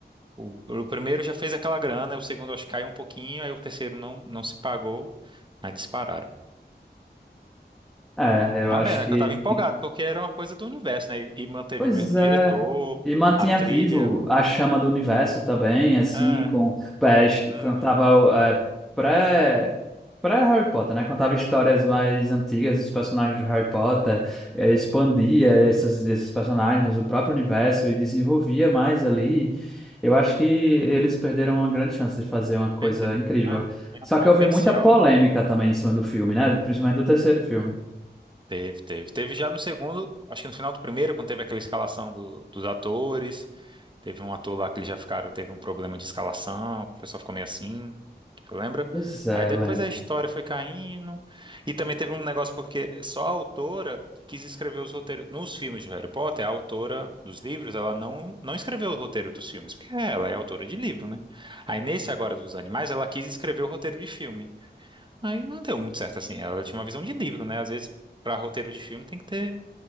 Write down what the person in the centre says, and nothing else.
É, eu
acho
que.
Pois
é.
E mantinha
vivo a chama do universo também, assim,
com. É, est-
foi- tava, é, pré. Pré-Harry Potter, né? Contava histórias mais antigas dos personagens de Harry Potter, eh, expandia essas, esses personagens, o próprio universo e desenvolvia mais ali. Eu acho que eles perderam uma grande chance de fazer uma coisa
incrível.
Só
que houve muita polêmica também em cima do filme, né? Principalmente do terceiro filme.
Pois é,
lembro.